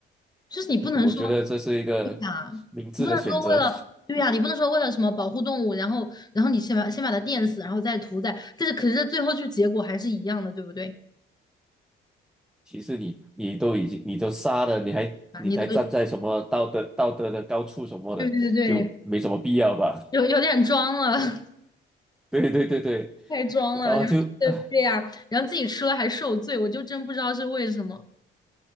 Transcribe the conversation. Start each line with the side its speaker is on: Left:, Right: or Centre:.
Left: 就是你不能说。
Centre: 我觉得这是一个明智的选择。
Left: 啊，你不能说为了，对呀、你不能说为了什么保护动物，然后然后你先把先把它电死，然后再屠宰，但是可是最后就结果还是一样的，对不对？
Centre: 其实你你都已经你都杀了，你还你还站在什么道德道德的高处什么的，
Left: 啊，你都对对对，对，
Centre: 就没什么必要吧？<laughs>
Left: 有有点装了，<laughs>
Centre: 对对对对，
Left: 太装了，
Centre: 然后就哎，
Left: 然后对对呀、然后自己吃了还受罪，我就真不知道是为什么。